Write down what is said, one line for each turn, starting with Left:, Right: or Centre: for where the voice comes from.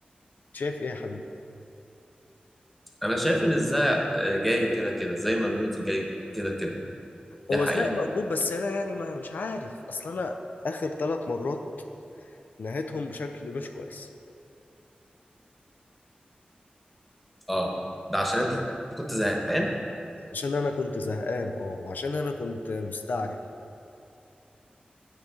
Left: شايف ايه يا حبيبي
Centre: انا شايف ان الزهق آه، جاي كده كده زي ما الموت جاي كده كده دي
Left: هو
Centre: حقيقة
Left: ازاي موجود بس انا يعني ما مش عارف اصل انا اخر ثلاث مرات نهيتهم بشكل مش كويس
Centre: اه ده عشان انت كنت زهقان
Left: عشان انا كنت زهقان اه وعشان انا كنت مستعجل